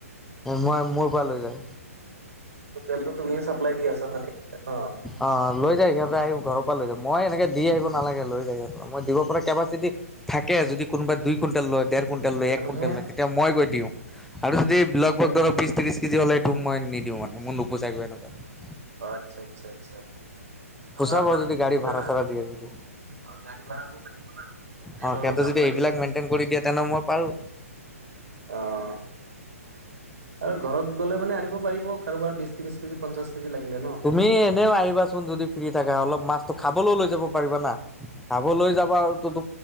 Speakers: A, in the centre; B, on the right.
A: মই মোৰ পৰা লৈ যায়।
B: ত টেলটো তুমিয়ে চাপ্লাই দি আছা মানে অ।
A: অ লৈ যায় সিহঁতে আহি ঘৰৰ পৰা লৈ যাম, মই এনেকে দি আহিব নালাগে লৈ যায় সিহঁত। মই দিব পৰা কেপাচিটিত থাকে যদি কোনোবা দুই কুইণ্টেল লয়। দেৰ
B: বঢ়িয়া।
A: কুইণ্টেল লয়,
B: মানুহে
A: এক কুইণ্টেল লয় তেতিয়া মই গৈ দিওঁ আৰু যদি লগভগ
B: হে
A: ধৰক
B: অ
A: বিশ - ত্ৰিশ কেজি হ'লে টো মই নিদিওঁ মানে মোৰ নুবুজাই গৈ এনেকুৱা।
B: অ আচ্ছা আচ্ছা আচ্ছা
A: পোচাব
B: আমাৰ মানে
A: যদি
B: কি
A: গাড়ী ভাড়া
B: জানা?
A: চাড়া দিয়ে যদি
B: আৰু গাড়ী ভাড়াটো লাগিব না তেলৰো
A: অ কিন্তু
B: দাম
A: যদি
B: বাঢ়িছে।
A: এইবিলাক মেইনটেইন কৰি দিয়া তেনে মই পাৰো।
B: অহ। আৰু ঘৰত গলে মানে আনিব পাৰিব কাৰোবাৰ বিশ - ত্ৰিশ কেজি, পঞ্চাশ কেজি লাগিলে ন।
A: তুমি এনেও আহিবা চোন যদি ফ্ৰী থাকা অলপ মাছটো খাবলৈও লৈ যাব পাৰিবা না। <unintelligible> খাব লৈ যাবা তত